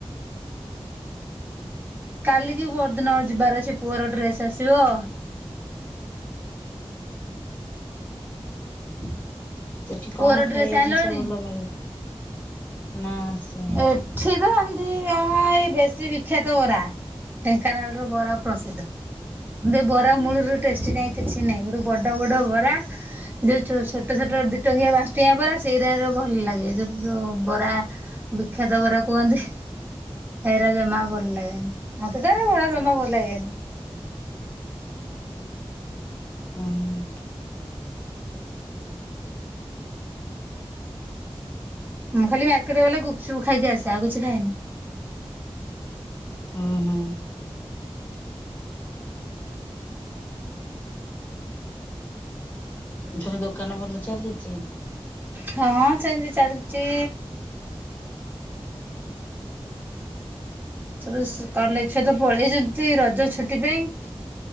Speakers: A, on the right; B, on the left.
A: କାଲିକି ପହରଦିନ ଆଡେ ଯିବାର ଅଛି ପୁଅର ଡ୍ରେସ୍ ଆସିବ। <inaudible>
B: ସେଠି କଣ
A: ପୁଅର
B: ଖାଇବା
A: ଡ୍ରେସ୍ ଆଣିଲଣି?
B: ଜିନିଷ ଭଲ ମିଳେ ନା ସ
A: ଏଠି ତ ହେଏମିନ୍ତି ଯାହା ଏଇ ବେଶୀ ବିଖ୍ୟାତ ବରା। ଢେଙ୍କାନାଳ ର ବରା ପ୍ରସିଦ୍ଧ କିନ୍ତୁ ବରା
B: ହୁଁ
A: ମୂଳରୁ
B: ହୁଁ
A: ଟେଷ୍ଟି ନାଇଁ କିଛି। କିଛି ନାହିଁ ଗୋଟେ ବଡ଼ ବଡ଼ ବରା ଯୋଉ ଛୋଟ ଛୋଟ ଦିଇଟଙ୍କିଆ ପାଞ୍ଚ ଟଙ୍କିଆ ପରା ସେଇଟା ଭଲ ଲାଗେ ଯୋଉ ବରା ବିଖ୍ୟାତ ବରା କୁହନ୍ତି। ହେରା ଜମା ଭଲ ଲାଗେନି ମତେ ତ ହେରା ଜମା ଭଲ ଲାଗେନି।
B: ହୁଁ ହୁଁ।
A: ମୁଁ ଖାଲି ମାର୍କେଟେ ଗଲେ ଗୁପଚୁପ୍ ଖାଇକି ଆସେ ଆଉ କିଛି ଖାଏନି।
B: ହଁ ହଁ। ଏଥର ଦୋକାନ ଭଲ ଚାଲିଛି?
A: ହଁ ସେମିତି ଚାଲିଛି ସବୁ କଲେଜ୍ ଛୁଆ ତ ପଳେଇଛନ୍ତି ରଜ ଛୁଟି ପାଇଁ।